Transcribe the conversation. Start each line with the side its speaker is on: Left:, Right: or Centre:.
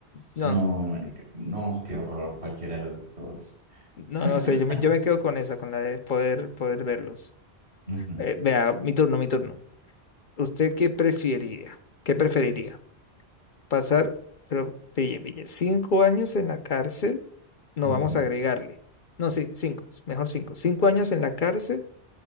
Left: no,
Right: No, marica, no, qué horror, cualquiera de los dos.
Left: no,
Right: <laughs>
Left: no sé. Yo me, yo me quedo con esa, con la de poder, poder verlos.
Right: Ujú,
Left: Eh, vea, mi turno, mi turno. ¿Usted qué preferiría? ¿Qué preferiría? ¿Pasar, pero pille, pille, cinco años en la cárcel? No
Right: ujú.
Left: vamos a agregarle. No, sí, cinco, mejor cinco. ¿Cinco años en la cárcel